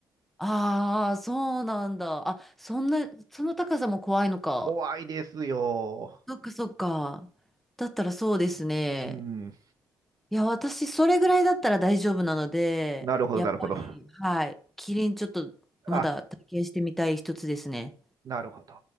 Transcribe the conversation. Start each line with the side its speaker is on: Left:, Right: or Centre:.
Centre: ああー、そうなんだ。あ、そんな、その高さも怖いのか。
Right: 怖いですよ。
Centre: そっかそっか。だったらそうですね。
Right: うん、
Centre: いや、私、それぐらいだったら大丈夫なので、
Right: なるほど、
Centre: やっぱり、
Right: なるほど。
Centre: はい。キリンちょっと、まだ体験してみたい一つですね。
Right: あ、なるほど。